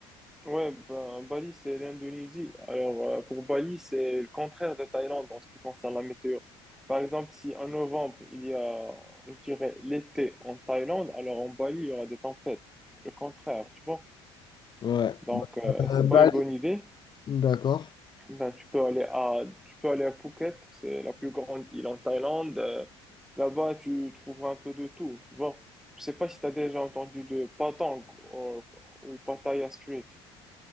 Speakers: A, in the centre; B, on the left (about 30°).
A: ouais, ben, Bali, c'est l'Indonésie. Alors, euh, pour Bali, c'est le contraire de Thaïlande en ce qui concerne la météo. Par exemple, si en novembre, il y a, je dirais, l'été en Thaïlande, alors en Bali, il y aura des tempêtes. Le contraire, tu vois?
B: Ouais.
A: Donc, euh,
B: Euh,
A: c'est
B: Bali,
A: pas une bonne idée.
B: d'accord.
A: Ben, tu peux aller à, tu peux aller à Phuket, c'est la plus grande île en Thaïlande. Euh, là-bas, tu trouveras un peu de tout. Bon, je sais pas si tu as déjà entendu de Patong ou, ou Pattaya Street.